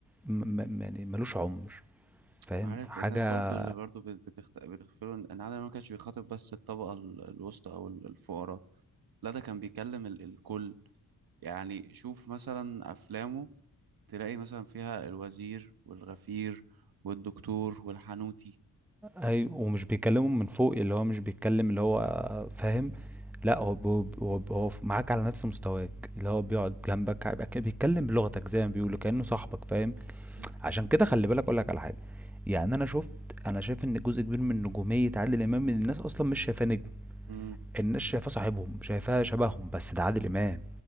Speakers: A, in the centre; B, on the right.
A: م- م- يعني ملوش عمر فاهم
B: وعارف
A: حاجة
B: الناس برضو اللي برضو بت- بتخت... بتغفله ان إن عادل إمام ما كانش بيخاطب بس الطبقة ال- الوسطى او ال- الفقراء لا ده كان بيكلم ال... الكل يعني شوف مثلا افلامه تلاقي مثلا فيها الوزير والغفير والدكتور والحانوتي
A: أي ومش بيكلمهم من فوق اللي هو مش بيتكلم اللي هو آه، فاهم لا هو ب- هو ب- هو معاك على نفس مستواك اللي هو بيقعد جنبك هيبقى كده بيتكلم بلغتك زي ما بيقولوا
B: مم.
A: كأنه صاحبك فاهم
B: مم.
A: عشان كده خلي بالك اقول لك على حاجة يعني انا شفت انا شايف ان جزء كبير من نجومية عادل امام الناس اصلا مش شايفاه نجم
B: مم.
A: الناس شايفاه صاحبهم شايفاه شبههم بس ده عادل امام